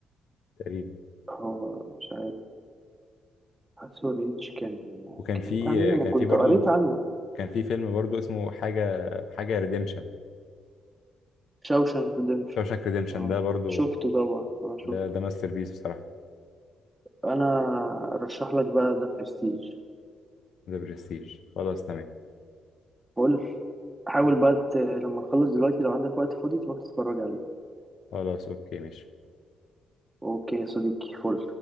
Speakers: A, on the left; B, on the right.
A: تقريبا
B: هو مش عارف هاكسو ريدج كان
A: وكان
B: كان
A: في
B: بتاع مين انا
A: كان
B: كنت
A: في برضو
B: قريت عنه
A: كان في فيلم برضو اسمه حاجة حاجة ريديمشن
B: شاوشانك ريدمبشن
A: شاوشانك ريديمشن
B: اه
A: ده برضو
B: شفته طبعا اه شفته
A: ده ده ماستر بيس بصراحة
B: انا ارشح لك بقى ده برستيج
A: ذا برستيج خلاص تمام
B: قول حاول بقى ت- لما نخلص دلوقتي لو عندك وقت فاضي تروح تتفرج عليه
A: خلاص اوكي ماشي
B: اوكي يا صديقي فل